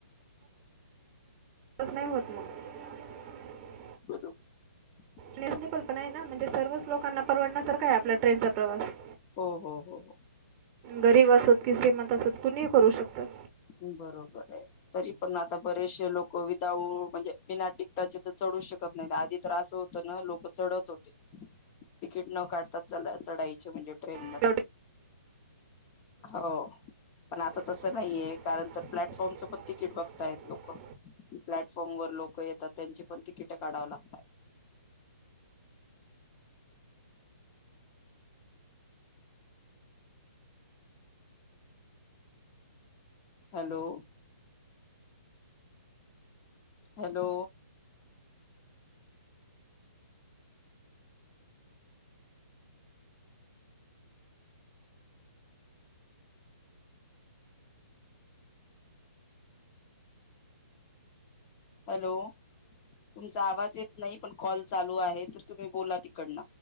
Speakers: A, on the right (about 25°); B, on the left (about 25°).
A: तच नाही होत मग
B: बरोबर
A: रिझनेबल पण आहे ना म्हणजे सर्वच लोकांना परवडण्यासारखा आहे आपला ट्रेनचा प्रवास
B: हो हो हो हो
A: गरीब असोत की श्रीमंत असोत कुणीही करू शकतात.
B: बरोबर आहे तरी पण आता बरेचसे लोक विदाऊ म्हणजे बिना टिकटाचे तर चढू शकत नाही आधी तर असं होतं ना लोक चढत होते तिकीट न काढताात च चढायचे म्हणजे ट्रेन मध्ये,
A: इंग्लंडच
B: हो पण आता
A: तर
B: तस नाहीय आहे कारण आता
A: सगळे
B: प्लॅटफॉर्मच
A: कारण की प्लॅटफॉर्मची
B: पण तिकीट बघताय लोक
A: किती
B: प्लॅटफॉर्म वर लोक येतात त्यांची पण तिकिट काढाव लागत हॅलो हॅलो हॅलो तुमचा आवाज येत नाही पण कॉल चालू आहे तर तुम्ही बोला तिकडन